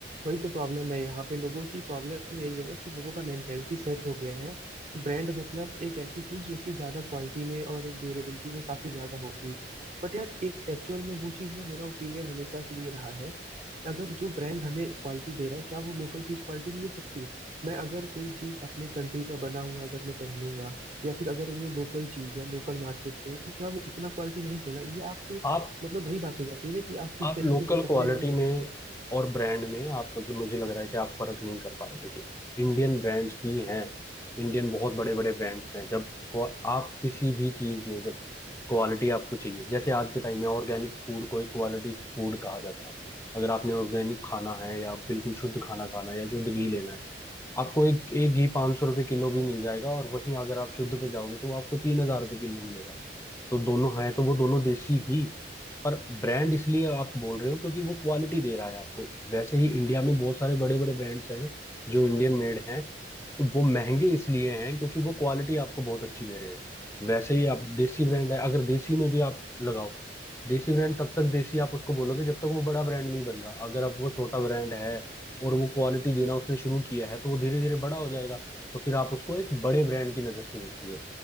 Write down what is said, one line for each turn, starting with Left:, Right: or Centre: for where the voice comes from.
Right: वही तो प्रॉब्लम है यहाँ पे लोगों की प्रॉब्लम यही है ना कि लोगों का मेंटेलिटी सेट हो गया है कि ब्रांड मतलब एक ऐसी चीज जो कि ज्यादा क्वालिटी में और एक ड्यूरेबिलिटी में काफी ज्यादा होगी बट यार एक एक्चुअल में वो चीज ना मेरा ओपिनियन हमेशा से ये रहा है कि अगर जो ब्रांड हमें क्वालिटी दे रहा है क्या वो लोकल चीज क्वालिटी मिल सकती है मैं अगर कोई चीज अपने कंट्री का बना हुआ अगर मैं पहनूंगा या फिर अगर वो लोकल चीज है लोकल मार्केट से है तो क्या वो उतना क्वालिटी नहीं देगा ये आप तो
Left: आप
Right: मतलब वही बात हो जाती है ना कि आप किस
Left: आप
Right: तरीके
Left: लोकल
Right: से कपड़े
Left: क्वालिटी
Right: को
Left: में और ब्रांड में आप मतलब मुझे लग रहा है कि आप फर्क नहीं कर पा रहे देखिए इंडियन ब्रांड्स भी हैं इंडियन बहुत बड़े बड़े ब्रांड्स हैं जब क्वा- आप किसी भी चीज में जब क्वालिटी आपको चाहिए जैसे आज के टाइम में ऑर्गेनिक फूड को एक क्वालिटी फूड कहा जाता है अगर आपने ऑर्गेनिक खाना है या बिल्कुल शुद्ध खाना खाना है या शुद्ध घी लेना है आपको एक एक घी पाँच सौ रुपये किलो भी मिल जाएगा और वहीं अगर आप शुद्ध पे जाओगे तो वो आपको तीन हजार रुपये किलो मिलेगा तो दोनों है तो वो दोनों देसी ही पर ब्रांड इसलिए आप बोल रहे हो क्योंकि वो क्वालिटी दे रहा है आपको वैसे ही इंडिया में बहुत सारे बड़े बड़े ब्रांड्स हैं जो इंडियन मेड हैं तो वो महंगे इसलिए हैं क्योंकि वो क्वालिटी आपको बहुत अच्छी दे रहे हैं वैसे ही आप देसी ब्रांड है अगर देसी में भी आप लगाओ देसी ब्रांड तब तक देसी आप उसको बोलोगे जब तक वो बड़ा ब्रांड नहीं बन रहा अगर अब वो छोटा ब्रांड है और वो क्वालिटी देना उसने शुरू किया है तो वो धीरे धीरे बड़ा हो जाएगा तो फिर आप उसको एक बड़े ब्रांड की नज़र से देखेंगे